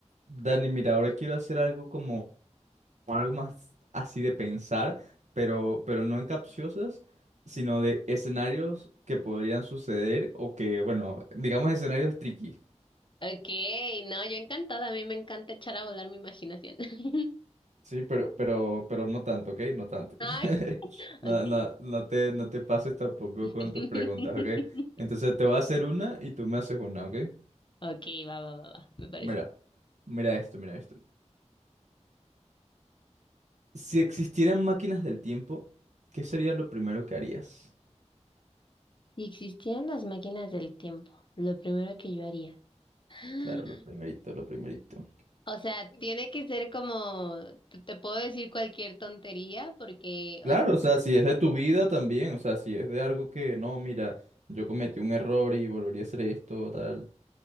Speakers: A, on the right (about 75°); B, on the left (about 45°).
A: Dani, mira, ahora quiero hacer algo como como algo más así de pensar, pero, pero no en capciosas, sino de escenarios que podrían suceder o que, bueno, digamos escenarios tricky.
B: Ok, no, yo encantada, a mí me encanta echar a volar mi imaginación. <laughs>
A: Sí, pero, pero, pero no tanto, ¿ok? No tanto.
B: Ay,
A: <laughs> No,
B: ok.
A: no, no te, no te pases tampoco
B: <laughs>
A: con tus preguntas, ¿ok? Entonces te voy a hacer una y tú me haces una, ¿ok?
B: Ok, va, va, va, va, me parece.
A: Mira, mira esto, mira esto. Si existieran máquinas del tiempo, ¿qué sería lo primero que harías?
B: Si existieran las máquinas del tiempo, lo primero que yo haría. <gasps>
A: Claro, lo primerito, lo primerito.
B: O sea, tiene que ser como, te, te puedo decir cualquier tontería porque,
A: Claro,
B: o
A: o sea, si es de tu vida también, o sea, si es de algo que no, mira, yo cometí un error y volvería a hacer esto, tal.